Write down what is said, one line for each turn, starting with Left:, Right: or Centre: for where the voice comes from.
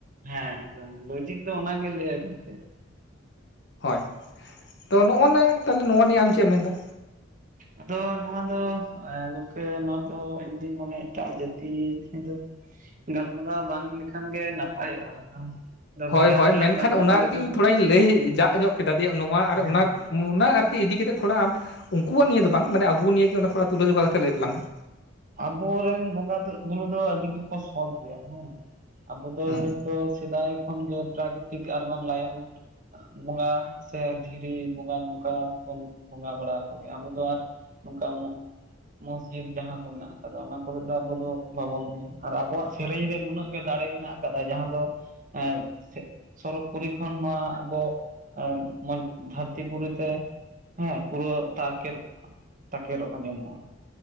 Right: ᱦᱮᱸ ᱮᱠᱫᱚᱢ ᱞᱚᱡᱤᱠ ᱫᱚ ᱚᱱᱟᱜᱮ ᱞᱟᱹᱭᱟᱭ ᱜᱚᱢᱠᱮ ᱾
Left: ᱦᱳᱭ ᱛᱚ ᱱᱚᱜᱚᱱᱟ ᱛᱟᱦᱞᱮ ᱱᱚᱣᱟ ᱱᱤᱭᱟᱹ ᱟᱢ ᱪᱮᱫ ᱮᱢ ᱢᱮᱱᱫᱟ
Right: ᱟᱫᱚ ᱱᱚᱣᱟ ᱫᱚ ᱜᱚᱝᱠᱮ ᱱᱚᱣᱟ ᱫᱚ ᱤᱧᱫᱩᱧ ᱢᱚᱱᱮ ᱮᱴᱟᱜ ᱡᱟᱹᱛᱤ ᱫᱚ ᱜᱟᱞᱢᱟᱨᱟᱣ ᱵᱟᱝ ᱞᱮᱠᱷᱟᱱ ᱜᱮ ᱱᱟᱯᱟᱭᱚᱜᱼᱟ ᱫᱚ
Left: ᱦᱳᱭ
Right: ᱵᱷᱮᱜᱟᱨ
Left: ᱦᱳᱭ
Right: ᱛᱮᱞᱟᱝ
Left: ᱢᱮᱱᱠᱷᱟᱱ
Right: ᱜᱟᱞᱢᱟᱨᱟᱣ
Left: ᱚᱱᱟ
Right: ᱞᱮᱠᱷᱟᱱ
Left: ᱨᱮᱜᱤ ᱤᱧ ᱛᱷᱚᱲᱟᱧ ᱞᱟᱹᱭ ᱡᱟ ᱧᱚᱜ ᱠᱮᱫᱟ ᱫᱤᱭᱮ ᱱᱚᱣᱟ ᱟᱨ
Right: ᱦᱮᱸ
Left: ᱚᱱᱟ ᱚᱱᱟ ᱟᱨᱠᱤ ᱤᱫᱤ ᱠᱟᱛᱮᱫ ᱛᱷᱚᱲᱟ ᱟᱢ ᱩᱱᱠᱩᱣᱟᱜ ᱱᱤᱭᱮ ᱫᱚ ᱵᱟᱝ ᱢᱟᱱᱮ ᱟᱵᱚ ᱱᱤᱭᱮ ᱜᱮ ᱚᱱᱟ ᱛᱷᱟᱲᱟ ᱛᱩᱞᱟᱹ ᱡᱚᱠᱟ ᱠᱟᱛᱮᱫ ᱞᱟᱹᱭ ᱛᱟᱞᱟᱝ ᱢᱮ ᱾
Right: ᱟᱵᱚᱨᱮᱱ ᱵᱚᱸᱜᱟ ᱫᱚ ᱵᱩᱨᱩ ᱫᱚ ᱟᱹᱰᱤ ᱜᱮᱠᱚ ᱥᱚᱛ ᱜᱮᱭᱟ ᱦᱮᱸ᱾ ᱟᱵᱚ ᱫᱚ
Left: ᱦᱩᱸ
Right: ᱡᱮᱦᱮᱛᱩ ᱥᱮᱫᱟᱭ ᱠᱷᱚᱱ ᱜᱮ ᱯᱨᱟᱠᱤᱛᱤᱠ ᱟᱨ ᱵᱟᱝ ᱞᱟᱭᱚᱝ, ᱵᱚᱸᱜᱟ ᱥᱮ ᱫᱷᱤᱨᱤ ᱵᱚᱸᱜᱟ ᱱᱚᱝᱠᱟ ᱵᱚᱱ ᱵᱚᱸᱜᱟ ᱵᱟᱲᱟ ᱟᱠᱚ ᱜᱮᱭᱟ ᱟᱵᱚ ᱫᱚ ᱟᱨ ᱱᱚᱝᱠᱟ ᱢᱚᱜ ᱢᱚᱥᱡᱤᱫ ᱡᱟᱦᱟᱸ ᱠᱚ ᱢᱮᱱᱟᱜ ᱟᱠᱟᱫᱟ ᱚᱱᱟ ᱠᱚᱨᱮᱜ ᱫᱚ ᱟᱵᱚ ᱫᱚ ᱵᱟᱵᱚᱱ ᱤᱭᱟᱹ ᱟᱨ ᱟᱵᱚᱣᱟᱜ ᱥᱮᱨᱮᱧ ᱨᱮ ᱱᱩᱱᱟᱹᱜ ᱜᱮ ᱫᱟᱲᱮ ᱢᱮᱱᱟᱜ ᱟᱠᱟᱫᱟ ᱡᱟᱦᱟᱸ ᱫᱚ ᱮᱸ ᱥᱮ ᱥᱚᱨᱚᱜᱽ ᱯᱩᱨᱤ ᱠᱷᱚᱱ ᱱᱚᱣᱟ ᱟᱵᱚ ᱟᱸ ᱢᱚᱸ ᱫᱷᱟᱹᱨᱛᱤ ᱯᱩᱨᱤ ᱛᱮ ᱦᱮᱸ, ᱯᱩᱨᱟᱹ ᱛᱟᱠᱮᱨᱚᱜ-ᱟ᱾ ᱛᱟᱠᱮᱨᱚᱜ ᱟᱸᱡᱚᱢᱚᱜᱼᱟ᱾